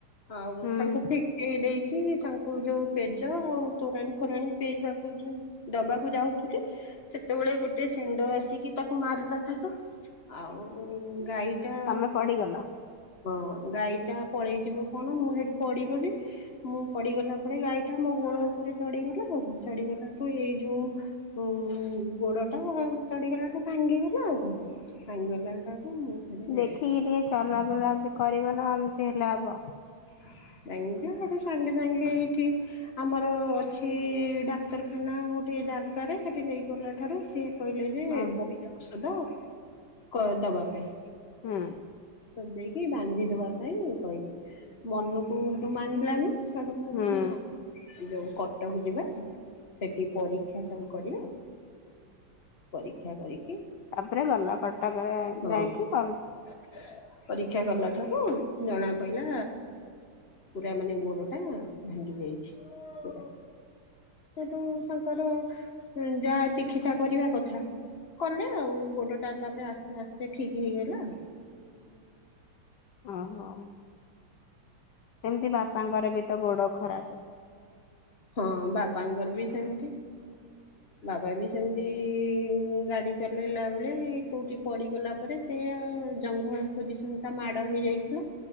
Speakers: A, on the left (about 30°); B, on the left (about 65°).
A: ଆଉ
B: ହୁଁ
A: ତାଙ୍କୁ ଫଟେଇ ଦେଇ କି ତାଙ୍କୁ ଯୋଉ ପେଜ ଆଉ ତୋରାଣି ଫୋରାଣି ପିଇବାକୁ ଦବାକୁ ଯାଉଥିଲି ସେତେବେଳେ ଗୋଟେ ସେ ଆସିକି ତାକୁ ମାରିଲା ଆଉ ଗାଈଟା
B: ତମେ ପଡିଗଲ।
A: ହଁ ଗାଈ ଟା ପଳେଇ ଯିବ କଣ ମୁଁ ସେଇଠି ପଡିଗଲି ମୁଁ ପଡିଗଲା ପରେ ଗାଈଟା ମୋ ଗୋଡ ଉପରେ ଚଢଡିଗଲା ଆଉ ଚଢଡିଗଲାଠୁ ଏଇ ଯୋଉ ଉ ଗୋଡ ଟା ଚଢିଗଲାଠୁ ଭାଙ୍ଗିଗଲା ଆଉ କଣ ଭାଙ୍ଗିଗଲା ଠାରୁ- ଫେରେ
B: ଦେଖିକି ଟିକେ ଚଲାବୁଲା କରିବ ନା ସେ ଲାଭ
A: <unintelligible> ଠୁ ସାଙ୍ଗେ ସାଙ୍ଗେ ଏଇଠି ଆମର ଅଛି ଡାକ୍ତରଖାନା ଗୋଟେ ଦାରକା ରେ ସେଠି ନେଇଗଲା ଠାରୁ ସିଏ। କହିଲେ ଯେ
B: ଓହୋ।
A: ବହିତ ଔଷଧ ଆ କର ଦବା ପାଇଁ।
B: ହୁଁ।
A: ନେଇକି ବାନ୍ଧି ଦବା ପାଇଁ କହିଲେ ମନୁକୁ ହେତୁ ମାନ ପିଲାନି। ଛଡୁ ମୁଖ
B: ହୁଁ
A: ଖେିଲ। ଯୋଉ କଟକ ଯିବା ସେଠି ପରୀକ୍ଷା ସବୁ କରିବା ପରୀକ୍ଷା କରି
B: ତାପରେ ଗଲା କଟକରେ
A: ହଁ
B: ଯାଇକି କଲ
A: <inaudible> ପରୀକ୍ଷା କଲା ଠାରୁ ଜଣା ପଇଲା ପୁରା ମାନେ ଗୋଡ଼ ଟା ଭାଙ୍ଗି ଯାଇଛି ପୁରା ସେଠୁ ତାଙ୍କର ଯା ଚିକିତ୍ସା କରିବା କଥା କଲେ ଆଉ ଗୋଡ ଟା ତାପରେ ଆସ୍ତେ ଆସ୍ତେ ଠିକ୍ ହେଇଗଲା।
B: <unintelligible> ଏମ୍ତି ବାପାଙ୍କର ବି ତ ଗୋଡ଼ ଖରାପେ
A: ହଁ ବାପାଙ୍କର ବି ସେମିତି ବାବା ବି ସେମିତି ଗାଡ଼ି ଚଲେଇଲା ବେଳେ କୋଉଠି ପଡ଼ି ଗଲା ପରେ ସେ ଜଙ୍ଘ ଆ ପୋଜିସନ୍ ଟା ମାଡ଼ ହେଇଯାଇଥିଲା।